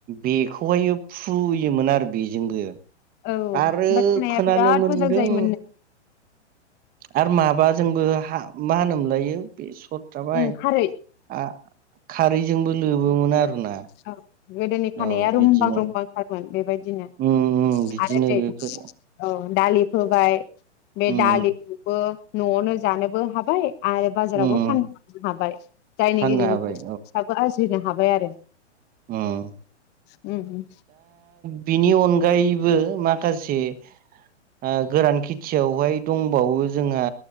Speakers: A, on the right (about 25°); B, on the left (about 30°).
A: बेखौहाय फुयोमोन आरो बेजोंबो
B: औ ओमफ्राय
A: आरो
B: खानाया
A: खोनानो
B: बिराद
A: मोनदों
B: मोजां जायोमोन नो
A: आरो माबा जोंबो मा होनो लायो बे सु खर थाबाय
B: उम खारै
A: आ खारै जोंबो लोबोमोन आरोना।
B: औ गोदोनि खानाया
A: औ
B: रुमबां
A: बिदिनो
B: रुमबां थारमोन बे बिदिनो
A: उम उम बिदिनो
B: आरो नै
A: बेफोर
B: औ। दालि फोबाय
A: उम
B: बे दालि खौबो न'आवनो जानोबो हाबाय। आरो बाजारावबो
A: उम
B: फानलांनो हाबाय जायनि
A: फाननो
B: गेजेरजों
A: हाबाय
B: फैसाबो आरजिनो जों हाबाय आरो।
A: ओम।
B: उम उम।
A: बिनि अनगायैबो माखासे आ गोरान खेथियावहाय दंबावो जोंआ